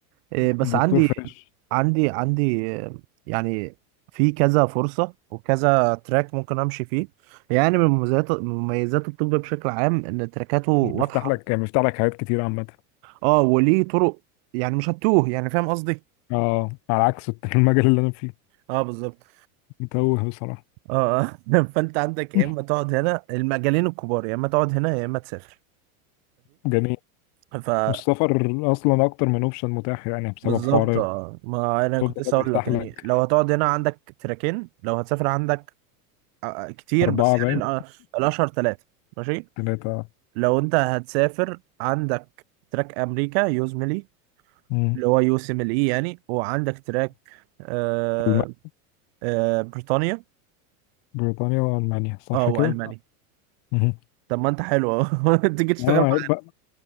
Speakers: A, on the right; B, on the left.
A: إيه، بس
B: دكتور
A: عندي
B: فريش
A: عندي عندي آه، يعني في كذا فرصه وكذا تراك ممكن امشي فيه يعني من مميزات من مميزات الطب بشكل عام ان تراكاته واضحه
B: بيفتح لك بيفتح لك حاجات كتير عامة
A: اه وليه طرق يعني مش هتوه يعني فاهم قصدي
B: اه على عكس المجال اللي انا فيه
A: اه بالظبط
B: متوه بصراحة
A: اه <laughs> فانت عندك
B: <laughs>
A: يا اما تقعد هنا المجالين الكبار يا اما تقعد هنا يا اما تسافر
B: جميل
A: ماشي
B: والسفر اصلا اكتر من اوبشن متاح يعني بسبب
A: بالظبط
B: حوار
A: اه ما انا كنت
B: اوروبا
A: لسه
B: ده بيفتح
A: اقول لك يعني
B: لك
A: لو هتقعد هنا عندك تراكين لو هتسافر عندك آه، آه، كتير
B: أربعة
A: بس
B: باين
A: يعني الأ- الاشهر ثلاثه ماشي
B: ثلاثة
A: لو انت هتسافر عندك تراك امريكا يوزملي
B: مم.
A: اللي هو يو سي مل اي يعني وعندك تراك آه
B: ألمانيا
A: آه بريطانيا
B: بريطانيا وألمانيا صح
A: اه والمانيا
B: كده؟ مهم.
A: طب ما انت حلو اهو <laughs> تيجي تشتغل
B: اه عيب
A: معايا
B: بقى